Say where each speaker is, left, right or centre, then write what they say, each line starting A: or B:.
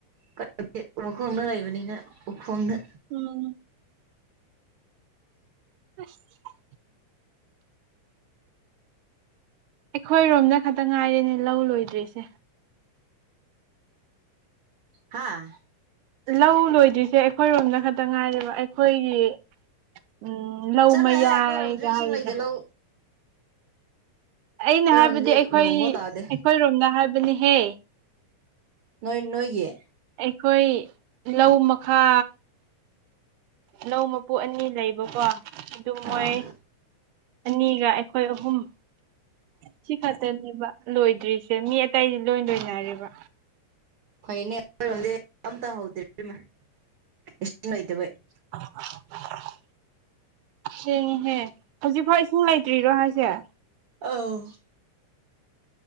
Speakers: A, on the right; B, on the right.
A: <inaudible> ꯃꯈꯣꯡꯅ ꯂꯩꯕꯅꯤꯅ ꯎꯈꯣꯡꯗ
B: ꯎꯝ ꯑꯁ <inaudible> ꯑꯩꯈꯣꯏꯔꯣꯝꯗ ꯈꯛꯇ ꯉꯥꯏꯔꯦꯅꯦ ꯂꯧ ꯂꯣꯏꯗ꯭ꯔꯤꯁꯦ
A: ꯍꯥꯥ
B: ꯂꯧ ꯂꯣꯏꯗ꯭ꯔꯤꯁꯦ ꯑꯩꯈꯣꯏꯔꯣꯝꯗ ꯈꯛꯇ ꯉꯥꯏꯔꯦꯕ ꯑꯩ ꯑꯩꯈꯣꯏꯒꯤ <inaudible> ꯎꯝ ꯂꯧ
A: ꯆꯠꯂꯍꯦ
B: ꯃꯌꯥꯏꯒ
A: ꯑꯩꯈꯣꯏꯔꯣꯝꯗꯁꯨ ꯏꯁꯤꯡ
B: ꯍꯥꯏꯒꯗ꯭ꯔꯥ
A: ꯂꯩꯇꯦ ꯂꯧ
B: ꯑꯩꯅ
A: ꯑꯩꯈꯣꯏꯔꯣꯝꯗꯗꯤ
B: ꯍꯥꯏꯕꯗꯤ ꯑꯩꯈꯣꯏ
A: ꯅꯣꯡꯐꯥꯎ ꯇꯥꯗꯦ
B: ꯑꯩꯈꯣꯏꯔꯣꯝꯗ ꯍꯥꯏꯕꯅꯤꯍꯦ
A: <inaudible> ꯅꯣꯏ ꯅꯣꯏꯒꯤ
B: ꯑꯩꯈꯣꯏ ꯂꯧ ꯃꯈꯥ ꯂꯧ ꯃꯄꯨ ꯑꯅꯤ ꯂꯩꯕꯀꯣ ꯑꯗꯨ
A: ꯑꯥ
B: ꯃꯣꯏ <inaudible> ꯑꯅꯤꯒ ꯑꯩꯈꯣꯏ ꯑꯍꯨꯝ ꯁꯤ ꯈꯛꯇꯅꯦꯕ ꯂꯣꯏꯗ꯭ꯔꯤꯁꯦ ꯃꯤ ꯑꯇꯩꯗꯤ ꯂꯣꯏ ꯂꯣꯏꯅꯔꯦꯕ
A: ꯐꯩꯅꯦ ꯑꯩꯈꯔꯣꯝꯗꯤ ꯑꯃꯇ ꯍꯧꯗ꯭ꯔꯦ ꯏꯕꯦꯝꯃꯥ ꯏꯁꯤꯡ ꯂꯩꯇꯕꯩ
B: <unintelligible> ꯁꯤꯛꯉꯤꯍꯦ ꯍꯧꯖꯤꯛꯐꯥꯎ ꯏꯁꯤꯡ ꯂꯩꯇ꯭ꯔꯤꯔꯣ ꯍꯥꯏꯁꯦ
A: ꯑꯥꯎ